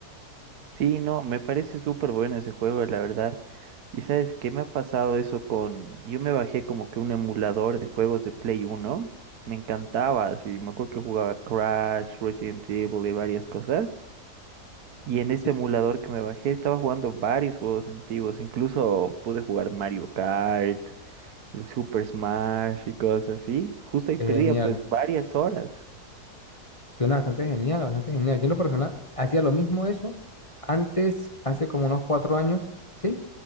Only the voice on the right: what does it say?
Sí, no, me parece súper bueno ese juego, la verdad. ¿Y sabes qué me ha pasado eso con... Yo me bajé como que un emulador de juegos de Play Uno, Me encantaba, así. Me acuerdo que jugaba Crash, Resident Evil y varias cosas. Y en
este emulador que me bajé estaba jugando varios juegos antiguos. Incluso pude jugar Mario Kart, el Super Smash y cosas así. Justo ahí
perdía pues varias horas.